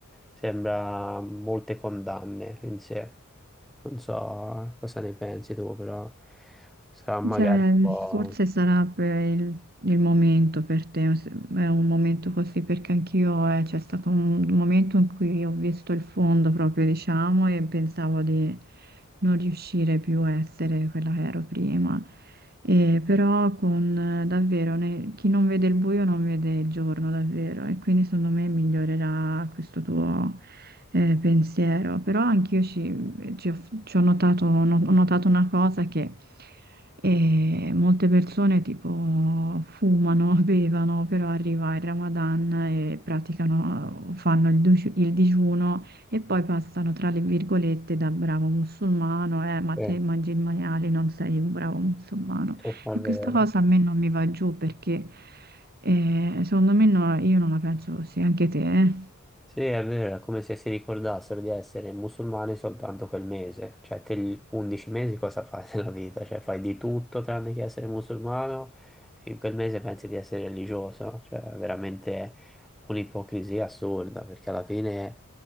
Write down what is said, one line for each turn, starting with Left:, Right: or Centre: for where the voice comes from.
Centre: sembra molte condanne in sé. Non so eh, cosa ne pensi tu, però sarà magari
Right: Cioè,
Centre: un po'...
Right: forse sarà per il, il momento per te, se- è un momento così perché anch'io eh, c'è stato un momento in cui ho visto il fondo proprio, diciamo, e pensavo di non riuscire più a essere quella che ero prima. E però con eh, davvero ne- chi non vede il buio non vede il giorno, davvero, e quindi secondo me migliorerà questo tuo eh, pensiero, però anch'io ci, ci ho, ci ho notato, no, ho notato una cosa che eh, molte persone tipo fumano, <laughs> bevono, però arriva il Ramadan e praticano, fanno il, digiu- il digiuno e poi passano tra le virgolette da bravo musulmano, eh, ma
Centre: Eh,
Right: te mangi il maiale, non sei un bravo musulmano.
Centre: <laughs> è
Right: E
Centre: vero.
Right: questa cosa a me non mi va giù perché eh, secondo me no- io non la penso così, anche te, eh?
Centre: Sì, è vero, è come se si ricordassero di essere musulmani soltanto quel mese, cioè te gli 11 mesi cosa fai <laughs> nella vita? Cioè fai di tutto tranne che essere musulmano e in quel mese pensi di essere religioso, cioè è veramente un'ipocrisia assurda perché alla fine